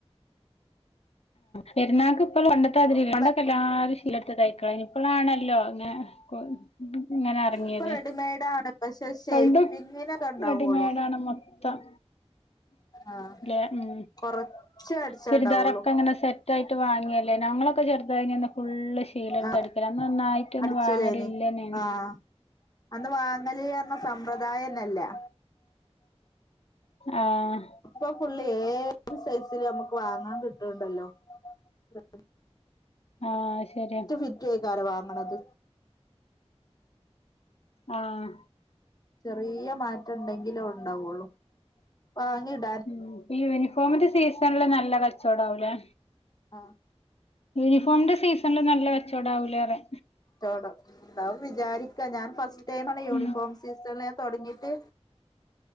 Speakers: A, on the left; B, on the left.
A: പെരുന്നാക്ക് ഇപ്പള് പണ്ടത്താതിരിയല്ല
B: ഇങ്ങളെ
A: പണ്ടൊക്കെ എല്ലാരും ശീല എട്ത്ത് തയ് കഴിഞ്ഞപ്പളാണല്ലോ ഇങ്ങനെ കൊ ഇങ്ങനെ എറങ്ങിയത്
B: ഇപ്പൊ റെഡിമെയ്ഡ് ആണ് പക്ഷെ ഷേപ്പിങ്ങിനൊക്കെ
A: പണ്ടും
B: ഉണ്ടാവുള്ളു
A: റെഡിമെയ്ഡാണ് മൊത്തം
B: ആഹ്
A: ല്ലെ ഉം
B: കൊറച്ചേ അടിച്ചാണ്ടാവുള്ളു
A: ചുരിദാറൊക്കെ ഇങ്ങനെ സെറ്റ് റ്റായിട്ട് വാങ്ങല്ലേ ഞങ്ങളൊക്കെ ചെറുതായ് <unintelligible> ഫുള്ള് ശീലെടുത്ത്
B: ആഹ്
A: അടിക്കലാ അന്ന് ഒന്നായിട്ടൊന്നും
B: അടിച്ചലേന്
A: വാങ്ങലില്ലന്നെണ്
B: ആഹ് അന്ന് വാങ്ങല് പറഞ്ഞ സമ്പ്രദായന്നെല്ലാ
A: ആഹ്
B: ഇപ്പ ഫുള്ള് ഏത് സൈസിലും നമ്മക്ക് വാങ്ങാൻ കിട്ട്ണ്ടല്ലോ. <unintelligible>
A: ആഹ് ശരിയാ
B: റ്റ് ഫിറ്റ് ആയിക്കാരം വാങ്ങണത്
A: ആഹ്
B: ചെറിയ മാറ്റ ഇണ്ടെങ്കിലെ ഉണ്ടാവുള്ളൂ വാങ്ങിയെട്
A: ഉം ഈ യൂണിഫോമിന്റെ സീസണില് നല്ല കച്ചോടാവൂല്ലെ.
B: ആഹ്
A: യൂണിഫോമിന്റെ സീസണില് നല്ല കച്ചോടം ആവൂലേ പറയാ.
B: കച്ചോടം ഇണ്ടാവും വിചാരിക്കാ ഞാൻ ഫസ്റ്റ് ടൈമാണ് യൂണിഫോം
A: ഉം
B: സീസണില് ഞാൻ തൊടങ്ങിട്ട്